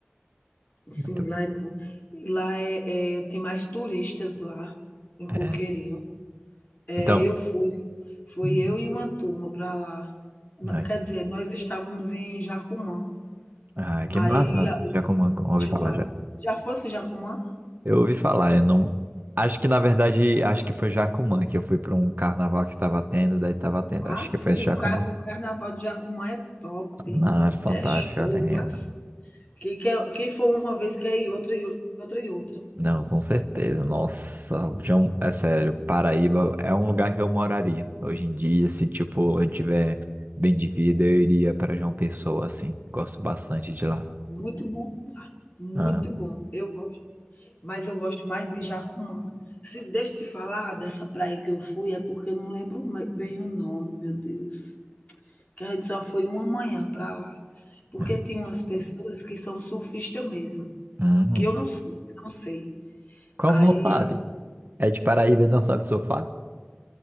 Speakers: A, on the left; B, on the right.
A: Sim,
B: Muito-
A: lá é bom. Lá é é, tem mais turistas lá, em Coqueirinho.
B: é.
A: É,
B: Então,
A: eu fui, foi
B: Hum,
A: eu e uma turma para lá. N
B: Aqui.
A: quer dizer, nós estávamos em Jacumã,
B: Ah, que
A: aí
B: massa,
A: a
B: Jacumã, ouvi
A: chamaram
B: falar já.
A: já fosse em Jacumã?
B: Eu ouvi falar, eu não. Acho que na verdade, acho que foi Jacumã que eu fui para um carnaval que tava tendo, daí tava tendo.
A: Aff,
B: Acho que foi Jacumã.
A: o car o carnaval de Jacumã é top,
B: Não, é fantástico,
A: é show,
B: eu lembro.
A: aff. Quem quer, quem for uma vez quer ir outra, e outra, outra e outra.
B: Não, com certeza. Nossa, o João, é sério, Paraíba é um lugar que eu moraria. Hoje em dia, se tipo, eu tiver bem de vida, eu iria para João Pessoa, assim. Gosto bastante de lá.
A: Muito bom, muito
B: Ah,
A: bom, eu gosto. Mas eu gosto mais de Jacumã. Se deixa eu te falar dessa praia que eu fui, é porque eu não lembro me- bem o nome, meu Deus. Que a gente só foi uma manhã para lá. Porque
B: é.
A: tem umas pessoas que são surfistas mesmo,
B: Uhum.
A: que eu não sou, eu não sei.
B: Como
A: Aí
B: não sabe? É de Paraíba e não sabe surfar?